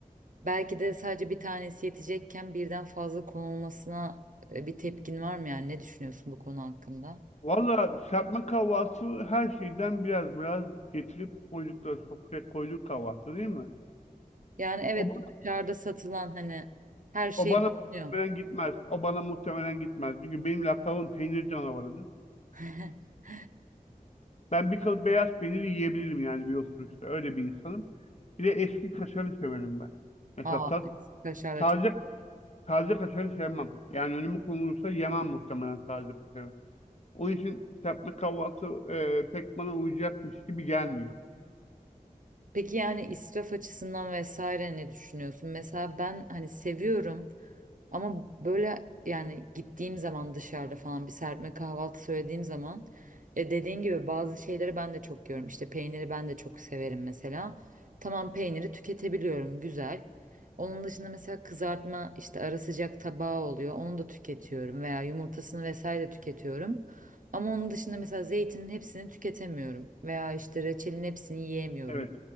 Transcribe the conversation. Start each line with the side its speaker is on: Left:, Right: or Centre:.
Right: belki de sadece bir tanesi yetecekken birden fazla konulmasına e, bir tepkin var mı yani ne düşünüyorsun bu konu hakkında?
Left: Valla serpme kahvaltısı her şeyden biraz biraz getirip koydukları sofraya koyduk kahvaltı değil mi?
Right: Yani evet
Left: O bana,
Right: dışarıda satılan hani her şey
Left: o bana
Right: bulunuyor.
Left: muhtemelen gitmez. O bana muhtemelen gitmez. Çünkü benim lakabım peynir canavarıdır.
Right: <laughs>
Left: Ben bir kalıp beyaz peyniri yiyebilirim yani bir oturuşta. Öyle bir insanım. Bir de eski kaşarı severim ben. Mesela
Right: Aa,
Left: tat,
Right: evet. kaşar
Left: taze
Right: da çok.
Left: Taze kaşarı sevmem. Yani önüme konulursa yemem muhtemelen taze kaşarı. Onun için serpme kahvaltı e, pek bana uyacakmış gibi gelmiyor.
Right: Peki yani israf açısından vesaire ne düşünüyorsun? Mesela ben hani seviyorum Ama böyle yani gittiğim zaman dışarıda falan bir serpme kahvaltı söylediğim zaman e, dediğin gibi bazı şeyleri ben de çok yiyorum. İşte peyniri ben de çok severim mesela. Tamam peyniri tüketebiliyorum güzel. Onun dışında mesela kızartma işte ara sıcak tabağı oluyor. Onu da tüketiyorum veya yumurtasını vesaire de tüketiyorum. Ama onun dışında mesela zeytinin hepsini tüketemiyorum veya işte reçelin hepsini yiyemiyorum.
Left: Evet.